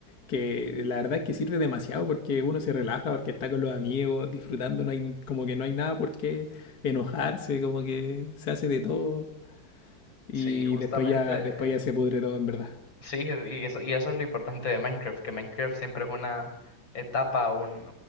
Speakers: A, on the left (about 55°); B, on the left (about 85°).
A: que la verdad es que sirve demasiado porque uno se relaja, porque está con los amigos, disfrutando, no hay, como que no hay nada por qué enojarse, como que se hace de todo y
B: Sí, justamente.
A: después ya, después ya se pudre todo en verdad.
B: Sí, y eso, y eso es lo importante de Minecraft, que Minecraft siempre es una etapa, un,